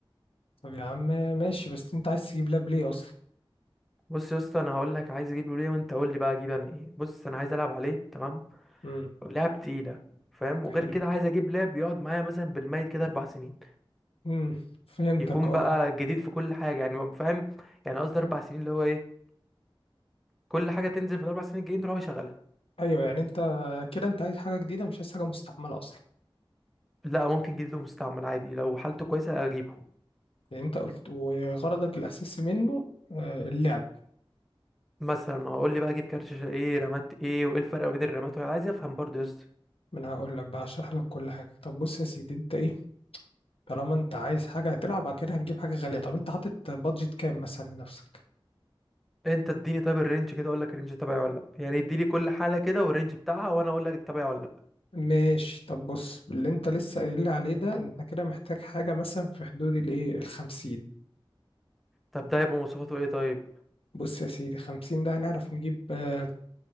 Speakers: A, on the left (about 80°); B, in the centre.
A: طب يا عم ماشي بس انت عايز تجيب لاب ليه اصلا
B: بص يا اسطى انا هقول لك عايز اجيبه ليه وانت قول لي بقى اجيب انا ايه بص انا عايز العب عليه تمام
A: امم
B: لعب تقيله فاهم وغير
A: حلو
B: كده عايز اجيب لاب يقعد معايا مثلا بالميت كده اربع سنين
A: امم فهمتك
B: يكون
A: اه
B: بقى جديد في كل حاجه يعني فاهم يعني قصدي اربع سنين اللي هو ايه كل حاجه تنزل في الاربع سنين الجايين تروح يشغلها
A: ايوه يعني انت كده انت عايز حاجه جديده مش عايز حاجه مستعمله اصلا
B: لا ممكن جديد ومستعمل عادي لو حالته كويسه اجيبه
A: يعني انت قلت وغرضك الاساسي منه آه، اللعب
B: مثلا اقول لي بقى اجيب كارت شاشه ايه رامات ايه وايه الفرق بين الرامات وأنا عايز افهم برضه يا اسطى
A: ما انا هقول لك بقى هشرح لك كل حاجه طب بص يا سيدي انت ايه طالما انت عايز حاجه هتلعب بعد كده هتجيب حاجه غاليه طب انت حاطط بادجت كام مثلا لنفسك
B: انت اديني طيب الرينج كده اقول لك الرينج تبعي ولا لا يعني اديني كل حاله كده والرينج بتاعها وانا اقول لك تبعي ولا لا
A: ماشي طب بص اللي انت لسه قايل لي عليه ده انت كده محتاج حاجة مثلا في حدود الايه الخمسين
B: طب ده هيبقى مواصفاته ايه طيب
A: بص يا سيدي خمسين ده هنعرف نجيب آه،